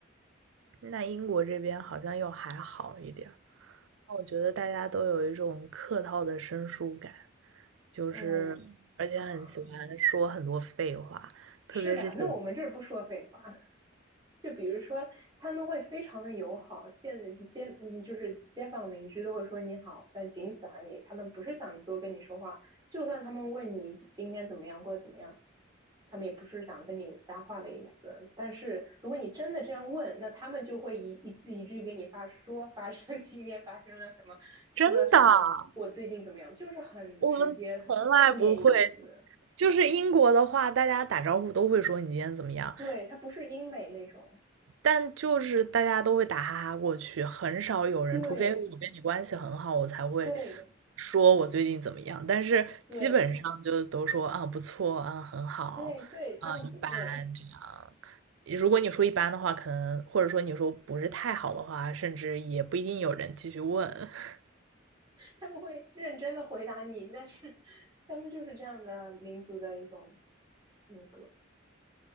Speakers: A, on the right (about 85°); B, on the right (about 20°).
A: 那英国这边好像又还好一点儿。我觉得大家都有一种客套的生疏感，就是而且很喜欢说很多废话，
B: 嗯啊，
A: 特别是写
B: 是吧？那我们这儿不说废话。就比如说，他们会非常的友好，见街嗯，就是街坊邻居都会说你好，但仅此而已。他们不是想多跟你说话，就算他们问你今天怎么样，过得怎么样，他们也不是想跟你搭话的意思。但是如果你真的这样问，那他们就会一一字一句给你发说发生 <laughs> 今天发生了什么，吃了什么，
A: 真的，
B: 我我最近怎么样，就是很直接，
A: 我们从来不会。
B: 很字面意思。
A: 就是英国的话，大家打招呼都会说你今天怎么样
B: 对，它不是英美那种。
A: 但就是大家都会打哈哈过去，很少有人，
B: 对
A: 除非我跟你关系很好，我才会
B: 对
A: 说我最近怎么样。但是基本上就都说啊不错啊很好啊一般这样。
B: 对。对对，他们不会，
A: 如果你说一般的话，可能或者说你说不是太好的话，甚至也不一定有人继续问。<laughs>
B: 他们会认真的回答你，但是他们就是这样的民族的一种性格。